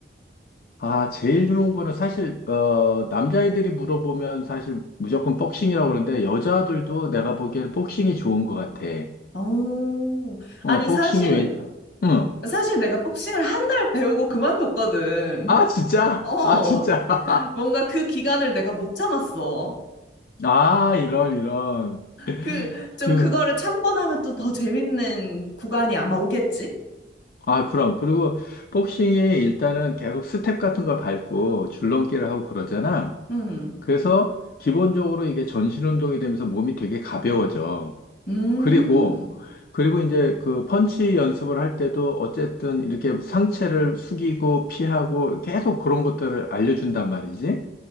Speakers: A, on the left; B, on the left.
A: 아, 제일 좋은 거는 사실 어, 남자애들이 물어보면 사실 무조건 복싱이라고 그러는데 여자들도 내가 보기엔 복싱이 좋은 것 같아.
B: 어,
A: 어,
B: 아니,
A: 복싱이
B: 사실,
A: 왜? 응.
B: 사실 내가 복싱을 한 달 배우고 그만뒀거든.
A: 아, 진짜?
B: 어,
A: 아, 진짜? <laughs>
B: 뭔가 그 기간을 내가 못 참았어.
A: 아, 이런 이런.
B: 그, 좀
A: 그
B: 그거를 참고 나면 또 더 재밌는 구간이 아마 오겠지?
A: 아, 그럼. 그리고 복싱이 일단은 계속 스텝 같은 걸 밟고 줄넘기를 하고 그러잖아.
B: 음,
A: 그래서 기본적으로 이게 전신 운동이 되면서 몸이 되게 가벼워져.
B: 음,
A: 그리고, 그리고 이제 그 펀치 연습을 할 때도 어쨌든 이렇게 상체를 숙이고 피하고 계속 그런 것들을 알려준단 말이지.